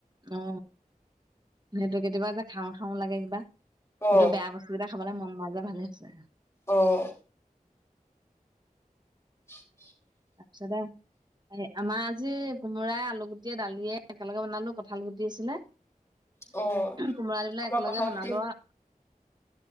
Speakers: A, on the right; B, on the left.
A: অ। সেইটোৱে কেতিয়াবা যে খাওঁ খাওঁ লাগে কিবা। সেটো
B: অ
A: বেয়া বস্তু কিটা খাবলে মন নাই যোৱা ভালে হৈছে।
B: অঁ। <unintelligible>
A: তাপিছতে। আমা আজি কোমোৰাই, আলু গুটিয়ে, দালিয়ে একেলগে বনালো, কঁঠাল গুটি আছিলে।
B: অ
A: কোমোৰা দিলে
B: আমাৰ
A: একেলগে
B: কঁঠাল
A: বনালোঁ
B: গুটি
A: আ।